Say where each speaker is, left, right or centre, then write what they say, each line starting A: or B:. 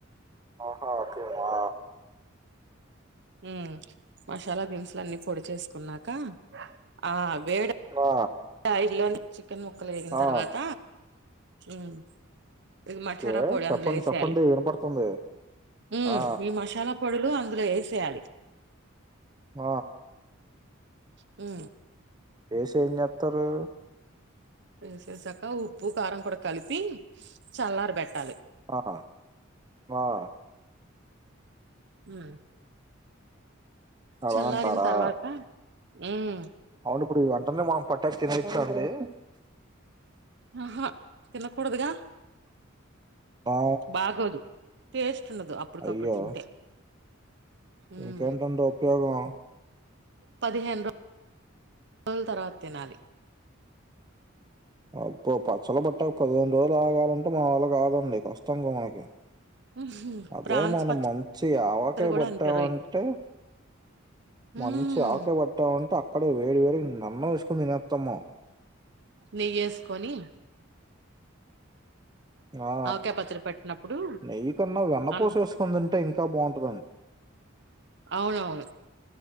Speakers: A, on the right; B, on the right.
A: ఆహా అట్లనా
B: మ్ మసాలా దిన్సులన్ని పొడి చేసుకున్నాక, ఆ వేడ
A: ఆ
B: ఆయిల్లోని చికెన్ ముక్కలు వేగిన
A: ఆ
B: తర్వాత, మ్ ఇది మసాలా
A: ఓకే
B: పొడి
A: చెప్పండి
B: అందులో వేసేయాలి.
A: చెప్పండి వినపడుతుంది
B: మ్
A: ఆ
B: ఈ మసాలా పొడులు అందులో ఏసేయాలి.
A: ఆ
B: మ్
A: ఏసి ఏం చెత్తారు?
B: ఏసేసాక ఉప్పు కారం కూడా కలిపి చల్లార పెట్టాలి.
A: ఆ ఆ
B: మ్
A: అలా
B: చల్లారిన
A: అంటారా
B: తర్వాత, మ్
A: అవును ఇప్పుడు వెంటనే మనం పట్టాక తినేయచ్చ అండి.
B: ఆహా. తినకూడదుగా!
A: ఆ
B: బాగోదు. టేస్ట్ ఉండదు అప్పుటికప్పుడు
A: అయ్యో
B: తింటే. ఉమ్
A: ఇంకేంటండి ఉపయోగం
B: పదిహేను రో జుల తర్వాత తినాలి.
A: అబ్బో పచ్చళ్ళు పెట్టాక పదిహేను రోజులు ఆగాలంటే, మన వళ్ల కాదండి. కష్టంగా మనకి.
B: ఉహు
A: అదే
B: ప్రాన్స్
A: మనం మంచి ఆవకాయబట్టామంటే,
B: పచ్చడి కూడా అంతే రోయ్ ఉమ్
A: మంచి ఆవకాయ బట్టామంటే అ అక్కడే వేడి వేడిగ నన్న ఏసుకొని తినేత్తం మనం.
B: నెయ్యేసుకొని
A: ఆ
B: ఆవకాయ పచ్చడి పెట్టినప్పుడు
A: నెయ్యి కన్నా, వెన్నపూస
B: అన్న
A: వేసుకొని తింటే ఇంక్ ఇంకా బాంటదండి.
B: అవునవును.